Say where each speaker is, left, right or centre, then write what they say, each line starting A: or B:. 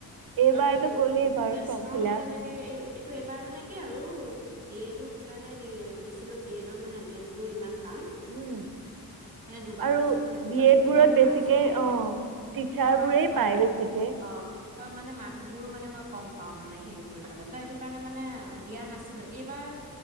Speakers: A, on the right (about 65°); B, on the right (about 20°).
A: এইবাৰতো
B: আৰু
A: গ'লেই বাৰু ফৰ্ম
B: চাওঁ
A: ফিল আপ।
B: তেনেকে কিন্তু এইবাৰ মানে কি আৰু বি এ টো সেইকাৰণে দি দিছিলো বি এডৰ মানে এন্ট্ৰেন্ঞ্চ বোৰ ইমান টান
A: উম
B: মানে দুবাৰ
A: আৰু
B: দিছিলো মানে দুবাৰ
A: বি এড
B: দুবাৰেই
A: বোৰত বেছিকে
B: মাৰ্কচ কম পালো
A: অ টিচাৰ
B: মাৰ্কচ
A: বোৰেই
B: কম
A: পায়
B: পালো
A: বেছিকে
B: অ আৰু মানে মাৰ্কচবোৰো মানে মই কম পাওঁ মানে হেৰি কৰি পেলাই তো সেইটো কাৰণে মানে দিয়া নাছিলোঁ এইবাৰ